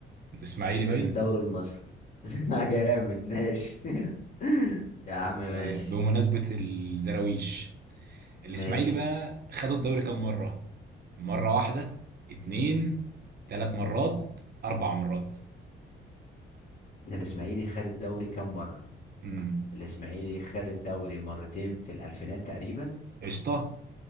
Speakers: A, on the right; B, on the left.
A: الاسماعيلي باين
B: من الدوري المصري <laughs> آه، جامد ماشي <laughs> يا عم ماشي
A: طيب بمناسبة الدراويش الاسماعيلي
B: ماشي
A: بقى خد الدوري كام مرة؟ مرة واحدة اتنين تلات مرات أربع مرات
B: الاسماعيلي خد الدوري كام مرة
A: امم
B: الاسماعيلي خد الدوري مرتين في الالفينات تقريبا
A: قشطة